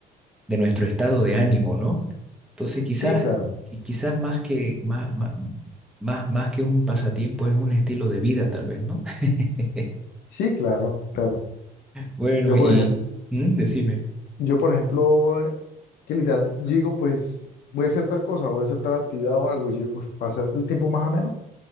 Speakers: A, in the centre; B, on the left.
A: de nuestro estado de ánimo, ¿no? Entonces quizás,
B: Sí, claro,
A: y quizás más que, más, más, más, más que un pasatiempo es un estilo de vida, tal vez, ¿no? <laughs>
B: sí, claro, claro.
A: Bueno,
B: Yo,
A: y
B: por ejemplo,
A: mm, decime,
B: yo, por ejemplo, eh, que literal digo, pues voy a hacer tal cosa, voy a hacer tal actividad o algo, y yo, pues, para hacer el tiempo más ameno